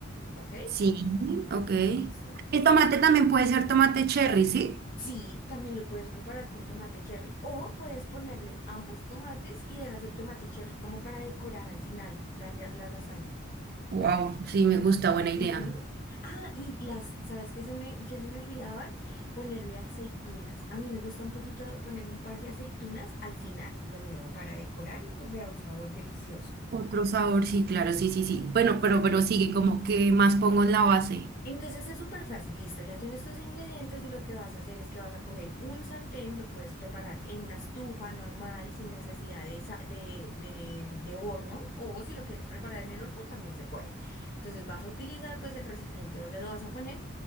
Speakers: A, on the left (about 45°); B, on the right (about 50°).
A: ¿ok?
B: Sí, ok.
A: Listo.
B: El tomate también puede ser tomate cherry, ¿sí?
A: Sí, también lo puedes preparar con tomate cherry o puedes ponerle ambos tomates y dejas el tomate cherry como para decorar al final la la- la lasaña.
B: Wow, sí, me gusta, buena idea.
A: Ujú. Ah, y las, ¿sabes qué se me, qué se me olvidaban? Ponerle aceitunas. A mí me gusta un poquito ponerle un par de aceitunas al final, lo mismo para decorar y pues le da un sabor delicioso.
B: Otro sabor, sí, claro, sí, sí, sí. Bueno, pero, pero sigue como que más pongo en la base.
A: Entonces es súper fácil, listo, ya tienes tus ingredientes y lo que vas a hacer es que vas a coger un sartén, lo puedes preparar en la estufa normal sin necesidad de, sa- de, de, de horno o si lo quieres preparar en el horno también se puede. Entonces vas a utilizar pues el recipiente donde lo vas a poner.